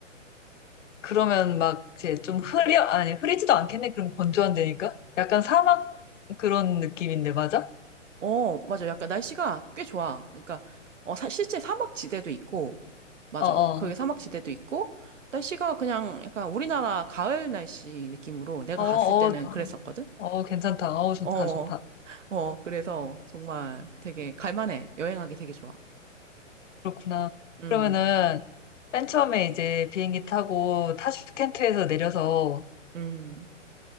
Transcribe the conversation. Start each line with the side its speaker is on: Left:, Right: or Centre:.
Left: 그러면 막 이제 좀 흐려, 아니, 흐리지도 않겠네. 그럼 건조한 데니까? 약간 사막 그런 느낌인데, 맞아?
Right: 어, 맞아. 약간 날씨가 꽤 좋아. 그러니까, 어, 사, 실제 사막지대도 있고, 맞아.
Left: 어, 어,
Right: 거기 사막지대도 있고, 날씨가 그냥 약간 우리나라 가을 날씨 느낌으로 내가
Left: 어,
Right: 갔을
Left: 어,
Right: 때는 그랬었거든?
Left: 어, 괜찮다. 어, 좋다,
Right: 어,
Left: 좋다.
Right: 어, 그래서 정말 되게 갈만해. 여행하기 되게 좋아.
Left: 그렇구나.
Right: 음.
Left: 그러면은 맨 처음에 이제 비행기 타고 타슈켄트에서 내려서
Right: 음,